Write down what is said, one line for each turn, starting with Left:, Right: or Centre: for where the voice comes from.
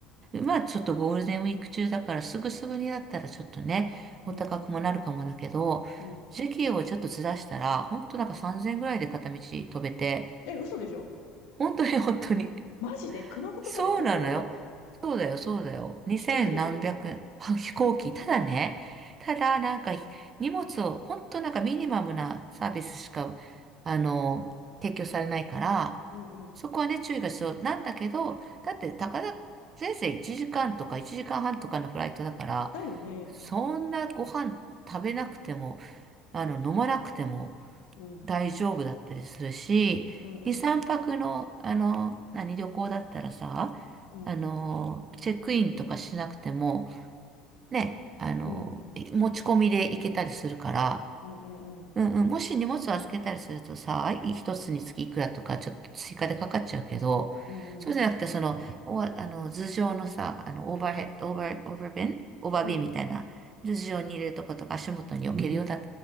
Right: まあちょっとゴールデンウィーク中だからすぐすぐになったらちょっとね、
Left: うん。
Right: お高くもなるかもだけど、
Left: うん
Right: 時期をちょっとずらしたら、ほんとなんか3000円ぐらいで片道飛べて、
Left: え、嘘でしょ
Right: 本当に本当に
Left: マジで熊本まで東京から
Right: そうなのよ。そうだよ、そうだよ。2千何百円。
Left: 飛行機でしょ
Right: は飛行機。ただね、ただなんかひ荷物を、ほんとなんかミニマムなサービスしか、あの、提供されないから、
Left: うんうん。
Right: そこはね、注意が必要なんだけど、だって、たかだ、せいぜい1時間とか1時間半とかのフライトだから、
Left: だよね。
Right: そんなご飯食べなくても、あの、飲まなくても、
Left: うん。
Right: 大丈夫だったりするし、
Left: うんうん。
Right: 2、3泊の、あの、何、旅行だったらさ、
Left: うん。
Right: あの、チェックインとかしなくても、ね、あの、
Left: うん。
Right: い持ち込みで行けたりするから、
Left: うんうんうん。
Right: うんうん、もし荷物を預けたりするとさ、一つにつきいくらとか、ちょっと追加でかかっちゃうけど、
Left: うんうん。
Right: そうじゃなくて、その、おわあの、頭上のさ、あの、オーバーヘッド、オーバー、オーバーベン、オーバービンみたいな、
Left: うん。
Right: 頭上に入れるとことか足元に置けるようだっ